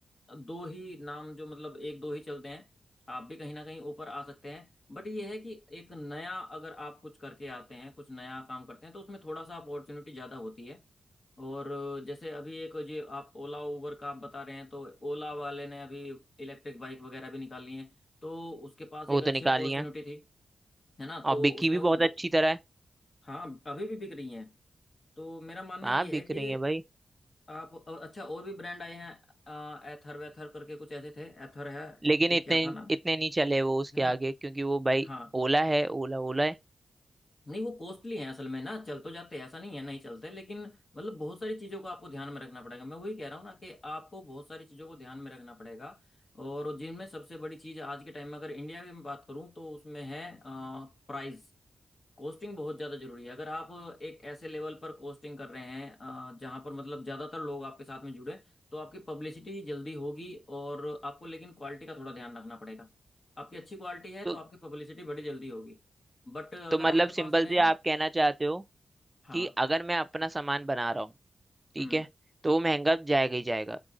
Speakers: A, on the left; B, on the right.
A: दो ही नाम जो मतलब एक दो ही चलते हैं आप भी कहीं ना कहीं ऊपर आ सकते हैं बट ये है कि एक नया अगर आप कुछ करके आते हैं कुछ नया काम करते हैं तो उसमें थोड़ा सा अपॉर्चुनिटी ज़्यादा होती है और जैसे अभी एक जो आप ओला उबर का आप बता रहे हैं तो ओला वाले ने अभी इलेक्ट्रिक बाइक वगैरह भी निकाली हैं तो उसके पास
B: वो
A: एक
B: तो
A: अच्छी
B: निकाली
A: अपॉर्चुनिटी
B: है
A: थी है ना
B: और
A: तो
B: बिकी
A: उसने
B: भी
A: वो
B: बहुत
A: ग-
B: अच्छी तरह है
A: हाँ अभी भी बिक रही हैं तो मेरा मानना
B: हाँ
A: ये
B: बिक
A: है
B: रही
A: कि
B: है भाई
A: आप अ- अच्छा और भी ब्रांड आए हैं एथर वेथर करके कुछ ऐसे थे एथर है
B: लेकिन
A: या
B: इतने
A: क्या था नाम
B: इतने नहीं चले वो उसके
A: है ना
B: आगे क्योंकि वो भाई
A: हाँ
B: ओला है ओला ओला है
A: नहीं वो कॉस्टली है असल में ना चल तो जाते हैं, ऐसा नहीं है नहीं चलते लेकिन मतलब बहुत सारी चीज़ों को आपको ध्यान में रखना पड़ेगा मैं वही कह रहा हूँ ना कि आपको बहुत सारी चीज़ों को ध्यान में रखना पड़ेगा और जिनमें सबसे बड़ी चीज़ आज के टाइम में अगर इंडिया की मैं बात करूँ तो उसमें है प्राइस कोस्टिंग बहुत ज़्यादा जरूरी है अगर आप एक ऐसे लेवल पर कोस्टिंग कर रहे हैं अ, जहाँ पर मतलब ज़्यादातर लोग आपके साथ में जुड़े तो आपकी पब्लिसिटी जल्दी होगी और आपको लेकिन क्वालिटी का थोड़ा ध्यान रखना पड़ेगा आपकी अच्छी क्वालिटी है
B: तो
A: तो आपकी पब्लिसिटी बड़ी जल्दी होगी बट अगर
B: तो मतलब
A: आपके
B: सिंपल
A: पास में
B: से आप कहना चाहते हो
A: हाँ
B: कि अगर मैं अपना सामान बना रहा हूँ ठीक
A: हम्म
B: है तो वो महंगा जाएगा ही जाएगा